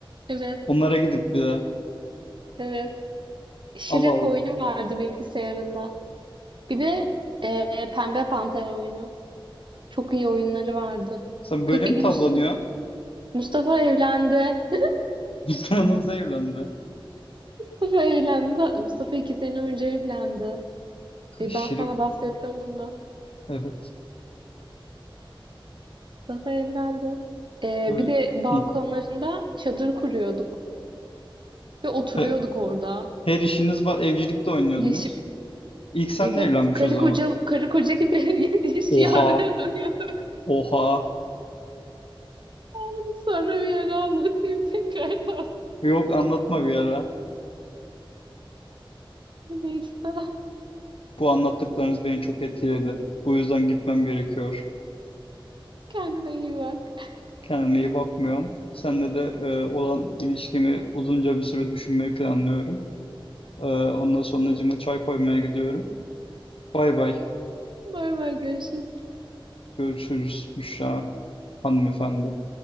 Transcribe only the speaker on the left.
Onlara gidip bir de.
Allah Allah.
Sen
böyle mi
tavlanıyorsun?
<laughs> İnsan nasıl evlendi?
Şirin.
Evet.
Evet.
Hı.
He-
Her işiniz var. Evcilikte oynuyordunuz.
İlk senle
evlenmiş
o zaman.
Oha.
Oha.
Yok anlatma bir ara.
Bu anlattıklarınız beni çok etkiledi. Bu yüzden gitmem gerekiyor.
Kendime iyi bakmıyorum. Seninle de e, olan ilişkimi uzunca bir süre düşünmeyi planlıyorum. E, ondan sonra çay koymaya gidiyorum. Bay bay.
Görüşürüz Büşra hanımefendi.